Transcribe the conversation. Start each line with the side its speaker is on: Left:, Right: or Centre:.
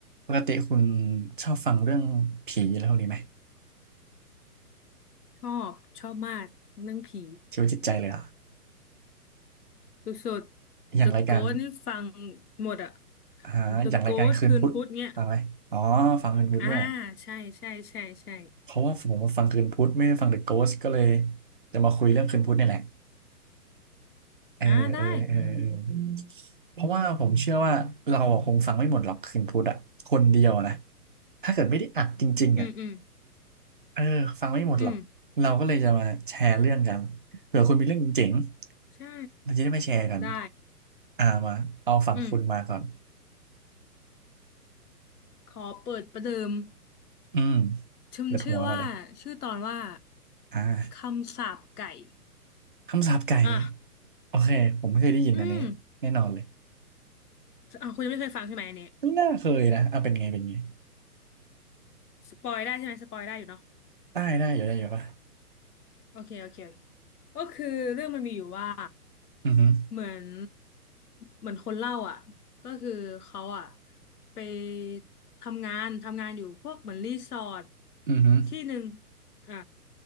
Right: ปกติคุณชอบฟังเรื่องผีอะไรพวกนี้ไหม
Left: ชอบชอบมากเรื่องผี
Right: ชีวิตจิตใจเลยเหรอ่ะ
Left: สุดๆ
Right: อย่างรายการ
Left: The Ghost นี่ฟังหมดอะ
Right: หาอย่างรายการคืนพุธฟังไหมอ๋อฟังคืนพุธด้วย
Left: The Ghost คืนพุธเนี่ยอ่าใช่ใช่ใช่ใช่
Right: เพราะว่าผมมาฟังคืนพุธไม่ได้ฟังเดอะโกสก็เลยจะมาคุยเรื่องคืนพุธนี่แหละเออเออเออเออ
Left: อ่าได้
Right: เพราะว่าผมเชื่อว่าเราอะคงฟังไม่หมดหรอกคืนพุธอ่ะคนเดียวนะถ้าเกิดไม่ได้อัดจริงๆอ่ะ
Left: อืมอืม
Right: เออฟังไม่หมดหรอกเราก็เลยจะมาแชร์เรื่องกันเผื่อคุณมีเรื่องเจ๋ง
Left: อืม
Right: ๆเราจะได้มาแชร์กัน
Left: ใช่ได้
Right: อ่ามาเอาฝั่งคุณมาก่อน
Left: อืมขอเปิดประเดิม
Right: อืม
Left: ชื่อชื่อว่าชื่อตอนว่า
Right: เปิดหัวมาเลยอ่า
Left: คำสาปไก่
Right: คำสาปไก่
Left: อ่ะ
Right: โอเคผมไม่เคยได้ยินอันนี้แน่นอนเลย
Left: อืมอ่ะคุณยังไม่เคยฟังใช่ไหมอันนี้
Right: ไม่น่าเคยนะเอาเป็นไงเป็นไง
Left: สปอยได้ใช่ไหมสปอยได้อยู่เนาะ
Right: ได้ได้อยู่ได้อยู่ปะ
Left: โอเคโอเคโอเคก็คือเรื่องมันมีอยู่ว่า
Right: อือหือ
Left: เหมือนเหมือนคนเล่าอ่ะก็คือเขาอ่ะไปทำงานทำงานอยู่พวกเหมือนรีสอร์ท
Right: อือหือ
Left: ที่หนึ่งอ่ะ